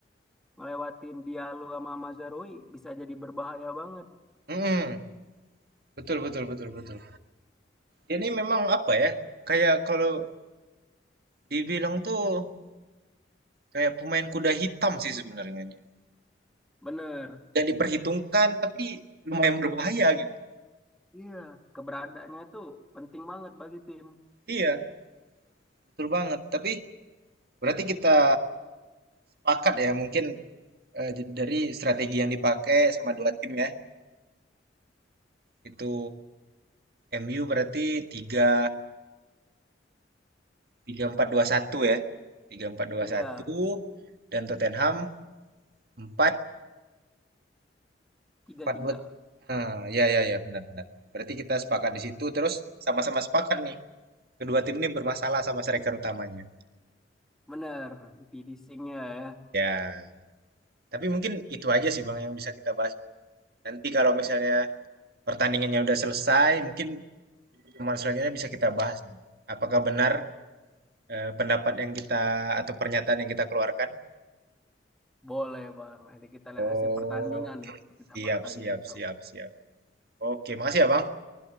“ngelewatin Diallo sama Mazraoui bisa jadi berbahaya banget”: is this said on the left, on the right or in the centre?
Centre